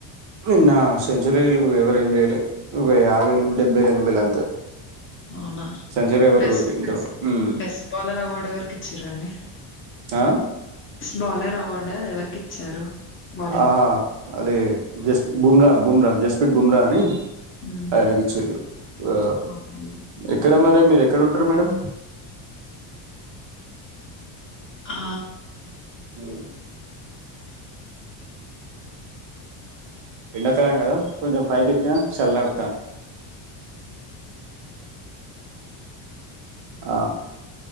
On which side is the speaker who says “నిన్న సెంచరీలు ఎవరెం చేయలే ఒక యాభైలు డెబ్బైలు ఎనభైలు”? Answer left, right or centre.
Right